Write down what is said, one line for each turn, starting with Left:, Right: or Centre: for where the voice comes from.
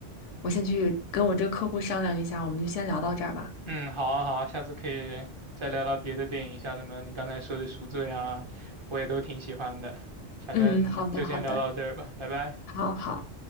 Left: 我先去跟我这个客户商量一下，我们就先聊到这儿吧。
Right: 嗯，好啊，好啊，下次可以再聊聊别的电影，像什么你刚才说的《赎罪》啊，我也都挺喜欢的。反正就先聊到这儿吧，
Left: 嗯，好的好的，
Right: 拜拜。
Left: 好好。